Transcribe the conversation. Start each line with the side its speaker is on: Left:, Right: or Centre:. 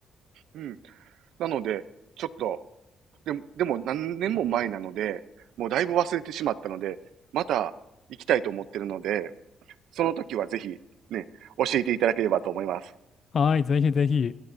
Right: うん。なので、ちょっと、でも、でも何年も前なので、もうだいぶ忘れてしまったので、また行きたいと思ってるので、その時はぜひね、教えていただければと思います。
Left: はい、ぜひぜひ。